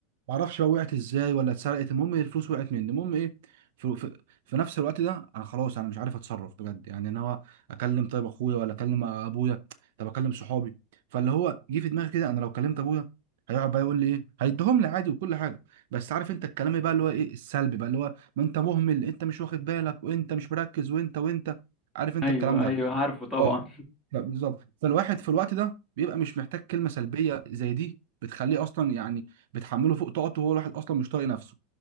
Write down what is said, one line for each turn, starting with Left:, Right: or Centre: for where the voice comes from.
Right: معرفش بقى وقعت ازاي ولا اتسرقت المهم إيه، الفلوس وقعت مني المهم ايه في, في, في نفس الوقت ده انا خلاص انا مش عارف اتصرف بجد يعني انا هو اكلم طيب اخويا ولا اكلم ابويا طب اكلم صحابي فاللي هو جه في دماغي كده انا لو كلمت ابويا هيقعد بقى يقول لي ايه هيديهم لي عادي وكل حاجه بس عارف انت الكلام بقى اللي هو ايه السلبي بقى اللي هو ما انت مهمل انت مش واخد بالك وانت مش مركز وانت وانت عارف انت
Centre: ايوه
Right: الكلام ده
Centre: ايوه عارفه طبعا
Right: اه لا بالظبط فالواحد في الوقت ده بيبقى مش محتاج كلمه سلبيه زي دي بتخليه اصلا يعني بتحمله فوق طاقته وهو الواحد اصلا مش طايق نفسه